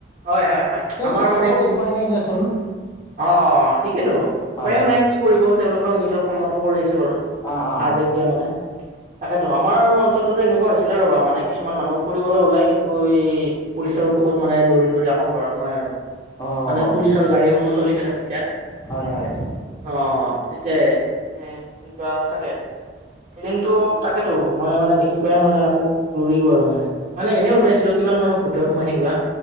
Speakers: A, on the right; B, on the left.
A: হয় হয় হয়
B: তেওঁ
A: আমাৰ
B: তেওঁলোকৰো
A: মানে কি
B: উপায় নাই দিয়াচোন।
A: অ' অ' ঠিকেইেতো উপায়ো
B: হয়
A: নাই। কি কৰিব তেওঁলোকেও নিজৰ কৰ্মতো কৰি আছে বাৰু,
B: অঁ অঁ
A: আৰ্দিক দিয়া মতে। তাকেতো, আমাৰ অঞ্চলটোতো এনেকুৱা হৈছিলে ৰ'বা মানে। কিছুমান মানুহ ফুৰিবলৈ ওলাই কিন্তু, এই পুলিচৰ কোবত মানে দৌৰি দৌৰি আকৌ ঘৰত সোমাই আৰু।
B: অঁ
A: মানে, পুলিচৰ গাড়ীসমূহ চলি থাকে তেতিয়া।
B: হয় হয়।
A: অ' তেতিয়া হে। সেনেকুৱা সঁচাকে, এদিনতটো তাকেতো মই মানে দেখি পাই মানে আকৌ - দৌৰিলো আৰু মানে মানে এনেই ওলাইছিলো। কিমান মানুহৰ ভিতৰত সোমাই থাকিবা।